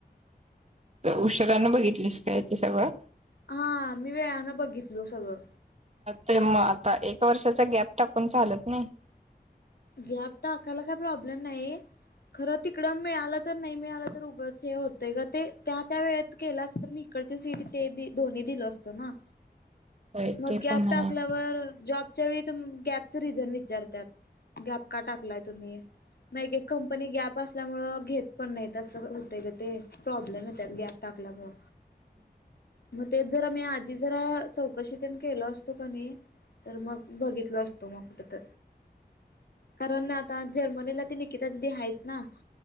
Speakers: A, on the right; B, on the left.
A: उशीराने बघितलीस काय ते सगळं.
B: हा मी वेळाने बघितलो सगळं.
A: ते मग आता एका वर्षाचा गॅप टाकून चालत नाही.
B: गॅप टाकायला काय प्रॉब्लेम नाही. खरं तिकडं मिळालं तर नाही मिळालं तर उगाच हे होत ग ते त्या त्या वेळेत केल असतं मी इकड सीट ते दोन्ही दिलं असतं ना.
A: <inaudible>
B: मग
A: ते
B: गॅप
A: पण आहे.
B: टाकल्यावर जॉब. त्याच्याळी तुम गॅपच रिझन विचारत गॅप का टाकलाय तुम्ही मा कंपनी गॅप असल्यामुळे घेत पण नाही तस ते ते प्रॉब्लेम येतात गॅप टाकल्यामुळे
A: <inaudible>
B: मग तेच जरा मी आधी जरा चौकशीतण केल असतो का नाही तर मग बघितलो असतो मग कुठंत कारण आता जर्मनीला निकिता दीदी हाय ना